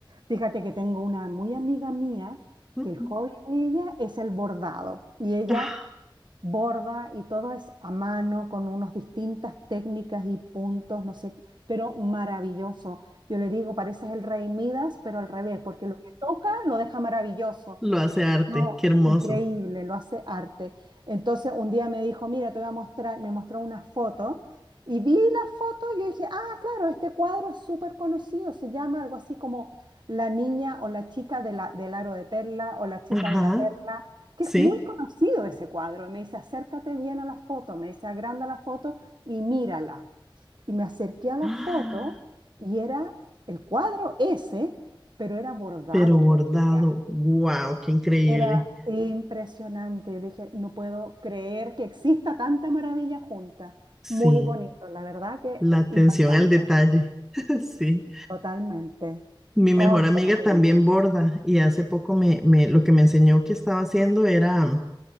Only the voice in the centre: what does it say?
Ujú.
Ah,
Lo hace arte,
qué hermoso.
Ajá,
sí.
<gasps> ¡Ah!
Pero bordado,
wow, qué increíble.
Sí,
la atención
al detalle. <laughs> Sí,
mi mejor
amiga
también
borda y hace poco me, me- lo que me enseñó que estaba haciendo era